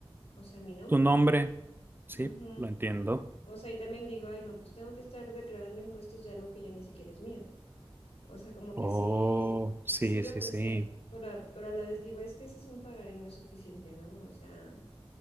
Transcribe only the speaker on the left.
o sea, mi nombre.
Ujú.
O sea, y también digo, ay, no, pues tengo que estar declarando impuestos de algo que ya ni siquiera es mío. O sea, como
que sí,
sí lo
pensé,
pero, a- pero a la vez digo, es que ese es un pagaré no es suficiente, ¿no? O sea...